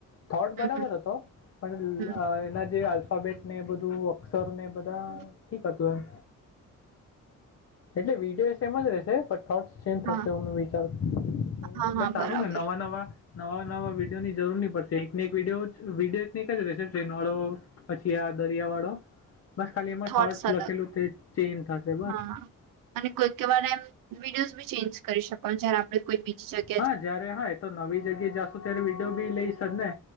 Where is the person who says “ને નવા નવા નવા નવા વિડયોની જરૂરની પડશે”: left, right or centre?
Left